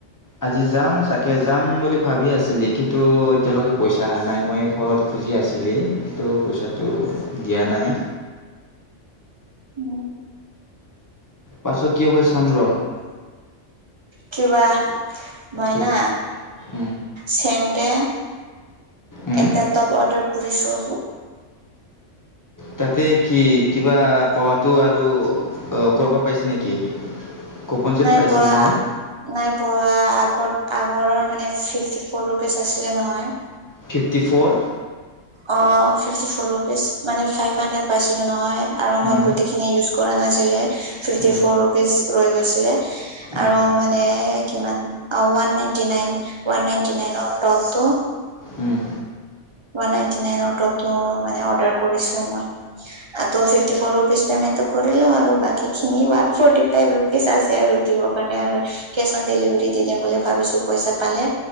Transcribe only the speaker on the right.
উ'ম।
কিবা মইনা
চেণ্টে।
এটা তপ অৰ্ডাৰ কৰিছো।
নাই
পোৱা
নাই পোৱা আগত আগৰৰ মানে ফিফটি ফৰ ৰুপিজ আছিলে নহয়।
অ' ফিফ্টি ফ'ৰ ৰুপিজ মানে ফাইপ হাৰ্টৰেট পাইছিলো নহয় আৰু মই
গোটেই খিনি ইউচ কৰা নাছিলে ফিফটি
ফ'ৰ ৰুপিজ ৰৈ গৈছিলে
আৰু মানে কিমান? অ one ninety nine, one ninety নাইনৰ টপটো।
ওৱান নাইনটি নাইনৰ টপটো অ মানে অ অৰ্ডাৰ কৰিছো মই। ত্ও ফিফটিফৰ ৰোপিচ পেমেন্ট টো কৰিলো আৰু বাকীখিনি ওৱান ফৰটিটা ৰোপিচ আছে আৰু দিব কাৰণে আৰু কেচ অন ডেলি দিতে দি দিম বুলি ভাবিছো, পইচা পালে